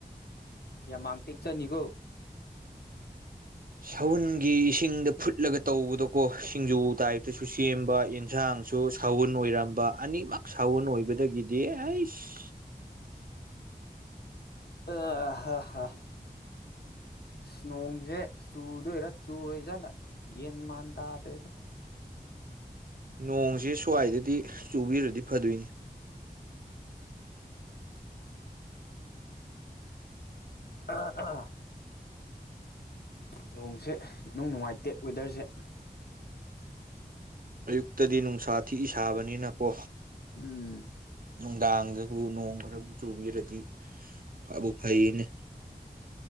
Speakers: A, on the left; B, on the right.
A: ꯌꯥꯃꯥꯡ ꯇꯦꯛꯆꯅꯤꯒꯣ
B: ꯁꯎꯟꯒꯤ ꯏꯁꯤꯡꯗ ꯐꯨꯠꯂꯒ ꯇꯧꯕꯗꯣꯀꯣ ꯁꯤꯡꯖꯨ ꯇꯥꯏꯞꯇꯁꯨ ꯁꯦꯝꯕ ꯌꯦꯟꯁꯥꯡ ꯁꯨ ꯁꯥꯎꯟ ꯑꯣꯏꯔꯝꯕ ꯑꯅꯤꯃꯛ ꯁꯥꯎꯟ ꯑꯣꯏꯕꯗꯒꯤꯗꯤ ꯑꯩꯆ
A: ꯑ ꯍꯥ ꯍꯥ ꯑꯖ ꯅꯣꯡꯁꯦ ꯆꯨꯗꯣꯏꯔꯥ ꯆꯨꯔꯣꯏꯖꯠꯂꯥ ꯒꯤꯌꯥꯟ ꯃꯥꯟ ꯇꯥꯗ꯭ꯔꯦꯗ
B: ꯅꯣꯡꯁꯤ ꯁ꯭ꯋꯥꯏꯗꯗꯤ ꯆꯨꯕꯤꯔꯗꯤ ꯐꯗꯣꯏꯅꯤ
A: ꯑꯥ ꯑꯥ ꯅ‌ꯣꯡꯁꯦ ꯏꯅꯨꯡ ꯅꯨꯡꯉꯥꯏꯇꯦ ꯋꯦꯗꯔꯁꯦ
B: ꯑꯌꯨꯛꯇꯗꯤ ꯅꯨꯡꯁꯥ ꯊꯤ ꯁꯥꯕꯅꯤꯅꯀꯣ
A: ꯎꯝ
B: ꯅꯨꯡꯗꯥꯡꯗꯕꯨ ꯅꯣꯡ ꯈꯔꯕꯨ ꯆꯨꯕꯤꯔꯗꯤ ꯐꯥꯕꯨ ꯐꯩꯌꯦꯅꯦ